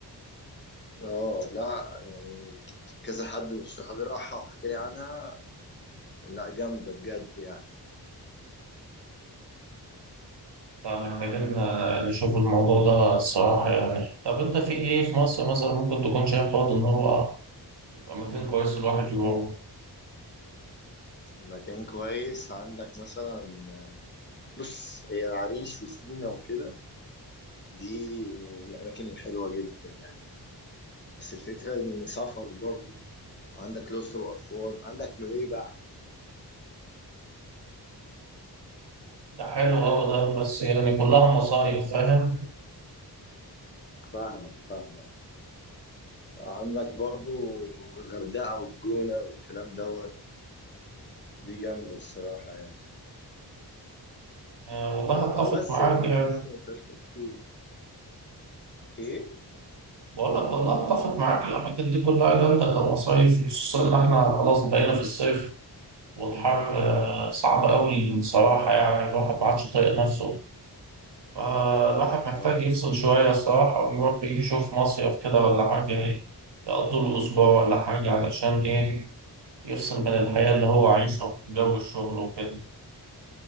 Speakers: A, on the left (about 25°); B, on the right (about 85°).
A: اه لا يعني كذا حد من صحابي راحها وحكى لي عنها لا جامدة بجد يعني
B: فمحتاجين آه، نشوف الموضوع ده الصراحة يعني طب أنت في إيه في مصر مثلا ممكن تكون شايف برضه إن هو يبقى مكان كويس الواحد يروح
A: مكان كويس عندك مثلا بص هي العريش وسينا وكده دي الأماكن الحلوة جدا يعني بس الفكرة إن سفر برضو عندك الأقصر وأسوان عندك نويبع
B: ده حلو أوي ده بس يعني كلها مصايف فاهم
A: فاهمك فاهمك عندك برضو الغردقة والجونة والكلام دوت دي جامدة الصراحة يعني
B: آه والله
A: آه
B: أتفق
A: بس
B: معاك
A: يعني
B: يعني
A: مصر ما فيهاش كتير إيه؟
B: بقول لك والله أتفق معاك الأماكن دي كلها جامدة كمصايف خصوصا إن إحنا خلاص بقينا في الصيف والحر آه، صعب أوي بصراحة يعني الواحد ما عادش طايق نفسه فالواحد محتاج
A: اه
B: يفصل شوية الصراحة ويروح يشوف مصيف كده ولا حاجة يقضي له أسبوع ولا حاجة علشان إيه يفصل من الحياة اللي هو عايشها ومن جو الشغل وكده